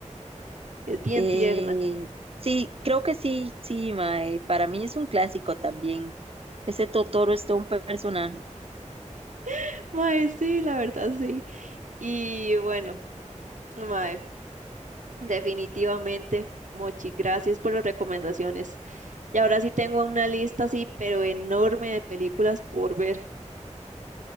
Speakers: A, on the right (about 80°); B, on the right (about 50°).
A: Es bien
B: Eh,
A: tierna.
B: sí, creo que sí, sí, mae. Para mí es un clásico también. Ese Totoro es todo un personaje.
A: <laughs> Mae, sí, la verdad, sí. Y bueno, mae, definitivamente, Mochi, gracias por las recomendaciones. Y ahora sí tengo una lista así, pero enorme de películas por ver.